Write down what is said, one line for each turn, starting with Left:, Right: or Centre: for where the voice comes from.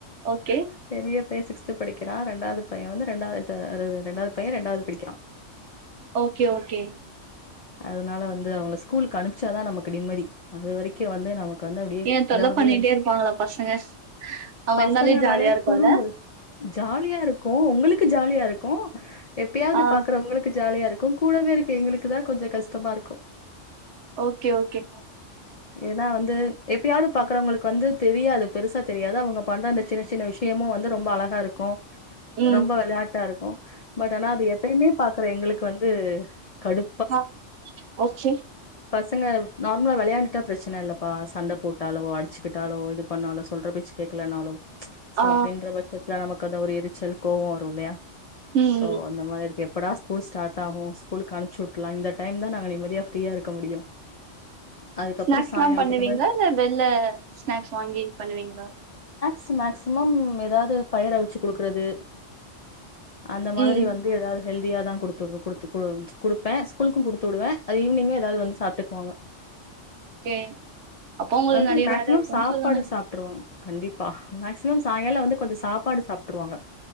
Right: ஓகே
Left: பெரிய பைய சிக்ஸ்த் த்து படிக்கிறா ரெண்டாவது பையன் வந்து ரெண்டாவது அ ரெண்டாவது பையன் ரெண்டாவது படிக்கிறா
Right: ஓகே ஓகே
Left: அதனால வந்து அவங்க ஸ்கூலுக்கு அனுப்ச்சாதா நமக்கு நிம்மதி அது வரைக் க்கு வந்து நமக்கு வந்து அப்டே
Right: ஏ தொல்ல
Left: இதாவே
Right: பண்ணிட்டே
Left: இருக்
Right: இருப்பாங்களா பசங்க அவங்க
Left: பசங்கனாலே
Right: இருந்தாலே ஜாலியா இருக்குல்ல
Left: குறும்பு ஜாலியாருக்கு உங்குளுக் கு ஜாலியாருக்கு எப்யாது
Right: ஆ
Left: பாக்கறங்களுக்கு ஜாலியாருக்கு கூடவே இருக்க எங்குளுக்கு தா கொஞ்சோ கஷ்டமாருக்கு
Right: ஓகே ஓகே
Left: ஏன்னா வந்து எப்பயாவது பார்க்குறவங்களுக்கு வந்து தெரியாது பெருசா தெரியாது அவங்க பண்ற அந்த சின்ன சின்ன விஷயமு வந்து ரொம்ப அழகாருக்கு
Right: ம்
Left: ரொம்ப வெள்ளாட்டாருக்கு பட் ஆனா அது எப்பயுமே பாக்குற எங்களுக்கு வந்து கடு
Right: ஆ ஓகே
Left: பசங்க நார்மலா வெளயாண்டுட்டா பிரச்சன இல்லப்பா சண்ட போட்டு ட்டாலோ அடிச்சுக்கிட்டாலோ இது பண்ணாலோ சொல்ற பேச்சு கேக்கலனாலோ சோ
Right: ஆ ஆ,
Left: அப்டின்ற பட்சத்துல நமக்கு அந்த ஒரு எரிச்சல் கோவோ வரு இல்லயா
Right: ம்
Left: சோ
Right: ம்
Left: அந்த மாதிரி இக்கு எப்படா ஸ்கூல் ஸ்டார்ட் ஆகு ஸ்கூலுக்கு அனுப்ச்சு லா இந்த டைம் தா நாங்க நிம்மதியா ஃப்ரீயா இருக்க முடியு அதுக்கப்றோ
Right: ஸ்நாக்ஸ்லா
Left: சாயங்காலத்துக்கு
Right: பண்ணுவீங்ளா
Left: மேல்
Right: இல்ல வெள்ல ஸ்நாக்ஸ் வாங்கி பண்ணுவீங்ளா
Left: ஸ் மேக்சிமம் எதாது பயிரவுச்சு குடுக்குறது அந்த மாதிரி
Right: ம்
Left: வந்து எதாது ஹெல்தியா தா குடுத்துடு குடுத்து குடு ஸ்கூலுக்கு குடுத்து உடுவே அது ஈவினிங்கு எதாது வந்து சாப்ட்டுக்குவாங்க
Right: <inaudible>
Left: வந்து
Right: நெறைய
Left: மேக்சிமம்
Right: வேல இருக்குன்னு
Left: சாப்பாடு
Right: சொல்லுங்க
Left: சாப்ட்ருவாங்க கண்டிப்பா மேக்சிமம் சாயங்கால வந்து கொஞ்சோ சாப்பாடு சாப் ட்டுருவாங்க